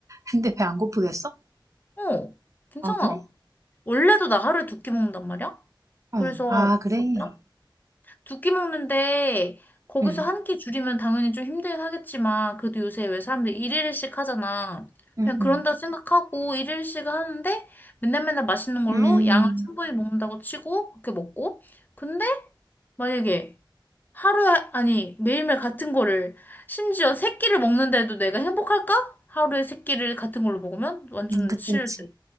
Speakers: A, on the right; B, on the left.
A: 근데 배 안 고프겠어?
B: 어, 괜찮아.
A: 아, 그래?
B: 원래도 나 하루에 두 끼 먹는단 말이야? 그래서
A: 응, 아, 그래.
B: 봐봐. 두끼 먹는데 거기서
A: 응,
B: 한끼 줄이면 당연히 좀 힘들긴 하겠지만 그래도 요새 왜 사람들이 일일씩 하잖아.
A: 응,
B: 그냥 그런다
A: 응.
B: 생각하고 일일씩 하는데 맨날 맨날 맛있는 걸로
A: 음,
B: 양을 충분히 먹는다고 치고 그렇게 먹고 근데 만약에 하루에 아니 매일매일 같은 거를 심지어 세 끼를 먹는데도 내가 행복할까? 하루에 세 끼를 같은 걸로 먹으면 완전
A: 음, 그치,
B: 싫을
A: 그치.
B: 듯.